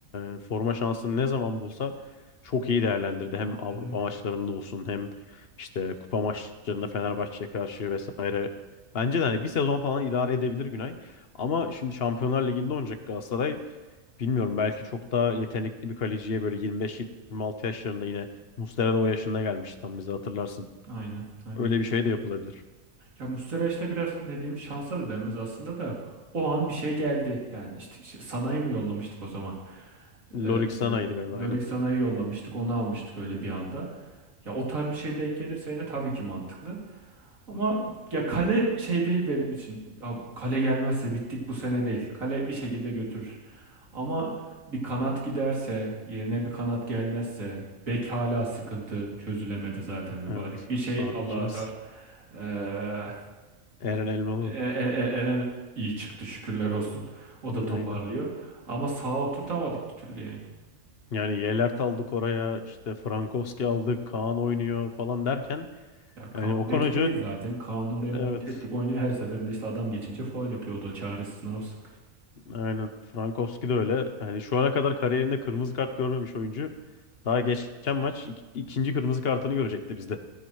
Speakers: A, on the left; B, on the right.
A: e, forma şansını ne zaman bulsa çok iyi değerlendirdi. Hem
B: Aynen
A: Avrupa
B: öyle.
A: maçlarında olsun hem işte kupa maçlarında Fenerbahçe'ye karşı vesaire. Bence de hani bir sezon falan idare edebilir Günay. Ama şimdi Şampiyonlar Ligi'nde oynayacak Galatasaray. Bilmiyorum belki çok daha yetenekli bir kaleciye böyle 25-26 yaşlarında yine Muslera da o yaşında gelmişti tam bize hatırlarsın.
B: Aynen aynen.
A: Öyle bir şey de yapılabilir.
B: Ya Muslera işte biraz ne diyeyim şansa da denmez aslında da o an bir şey geldi. Yani işte, işte Sanay'ı mı yollamıştık o zaman?
A: Lorik
B: Ee, e,
A: Sana'ydı galiba aynen.
B: Lorik Sanay'ı yollamıştık onu almıştık öyle bir anda. Ya o tarz bir şey denk gelirse yine tabii ki mantıklı. Ama ya kale şey değil benim için. Ya bu kale gelmezse bittik bu sene değil. Kale bir şekilde götürür. Ama bir kanat giderse, yerine bir kanat gelmezse, bek hala sıkıntı çözülemedi zaten mübarek.
A: Evet
B: Bir şey
A: sağ
B: Allah
A: bekimiz.
B: var. Ee,
A: Eren Elmalı
B: E-
A: mı?
B: E- E- Eren iyi çıktı şükürler olsun. O da
A: Aynen.
B: toparlıyor. Ama sağa oturtamadık bir türlü yani.
A: Yani Yelert aldık oraya, işte Frankowski aldık, Kaan oynuyor falan derken
B: Ya Kaan
A: yani Okan
B: bek
A: Hoca
B: değil zaten. Kaan oraya
A: evet
B: monte ettik oynuyor. Her seferinde işte adam geçince faul yapıyordu. O çaresiz ne yapsın.
A: aynen Frankowski de öyle. Yani şu ana kadar kariyerinde kırmızı kart görmemiş oyuncu. Daha geçen maç ik- ikinci kırmızı kartını görecekti bizde.